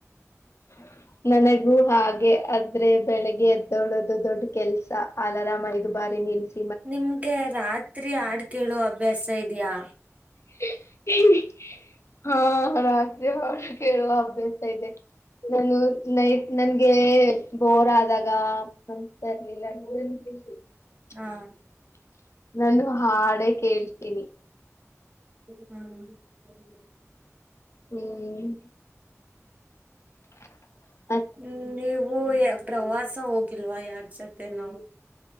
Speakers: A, on the left; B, on the right.
A: <unintelligible> ನನಗೂ ಹಾಗೆ ಆದ್ರೆ ಬೆಳಿಗ್ಗೆ ಎದ್ದೋಳದು ದೊಡ್ಡ ಕೆಲ್ಸ ಅಲ್ರಾಮ್ ಐದು ಬಾರಿ ನಿಲ್ಸ <unintelligible>
B: ನಿಮ್ಗೆ ರಾತ್ರಿ ಆಡ್ ಕೇಳ್ಒ ಅಭ್ಯಾಸ ಇದಯಾ
A: <unintelligible> ಹಾ ರಾತ್ರಿ ಆಡು ಕೇಳುವ ಅಭ್ಯಾಸ ಇದೆ ನಾನು ನೈಟ್ ನನ್ಗೆ ಬೋರ್ ಆದಾಗ ಅ್ತಾ ಇರ್ಲಿಲ್ಲ ನೀ <unintelligible>
B: ಹಾ
A: <inaudible> ನಾನು ಹಾಡೆೇ ಕೇಳ್ತೀನಿ
B: ಹ್ಮ್ <unintelligible>
A: ಹ್ಮ್ <inaudible>
B: ಹ್ಮ್ ನೀವು <unintelligible> ಪ್ರವಾಸ ಹೋಗಿಲ್ವಾ ಯಾರ್ ಜೊತೆ ನೂ